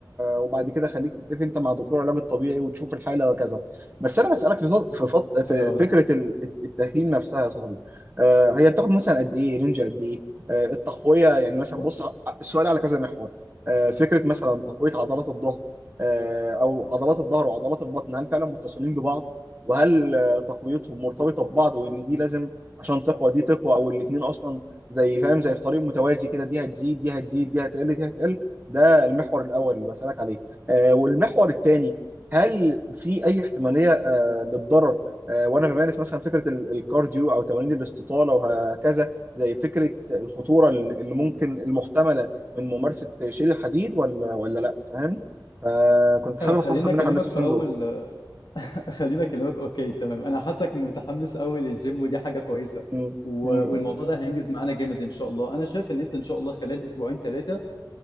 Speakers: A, on the right; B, on the left.
A: وبعد كده خليك تتفق انت مع دكتور العلاج الطبيعي وتشوف الحاله وكذا بس انا بسالك في فض... في, فض...
B: <laughs>
A: في
B: حلو قوي
A: فكره ال- التاهيل نفسها يا صاحبي آه هي بتاخد مثلا قد ايه رينج قد ايه آه التقويه يعني مثلا
B: بص
A: بص ع- السؤال على كذا محور آه فكره مثلا تقويه عضلات الظهر آه او عضلات الظهر وعضلات البطن هل فعلا متصلين ببعض وهل آه، تقويتهم مرتبطه ببعض وان دي لازم عشان تقوى دي تقوى او الاثنين اصلا زي فاهم زي في طريق متوازي كده دي هتزيد دي هتزيد دي هتقل دي هتقل ده المحور الاول اللي بسالك عليه آه والمحور الثاني هل في اي احتماليه آه للضرر آه وانا بمارس مثلا فكره ال- الكارديو او تمارين الاستطاله وهكذا زي فكره الخطوره ال- اللي ممكن المحتمله من ممارسه شيل الحديد ولا ولا لا فاهم فكنت حابب
B: آه، خليني
A: استفسر
B: اكلمك
A: منك عن النسوسين
B: في اول
A: دول
B: آه، <laughs> خليني اكلمك اوكي تمام انا حاسك متحمس قوي للجيم ودي حاجه كويسه
A: م-
B: و...
A: م-
B: والموضوع ده هينجز معانا جامد ان شاء الله انا شايف ان انت ان شاء الله خلال اسبوعين ثلاثه